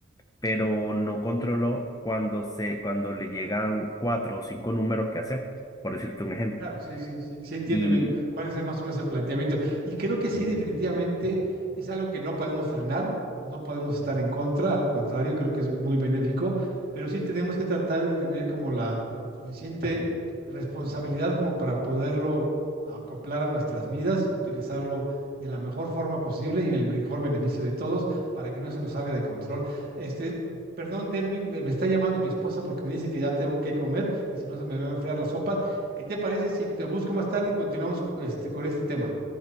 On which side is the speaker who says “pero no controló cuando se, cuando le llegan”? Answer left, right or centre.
Left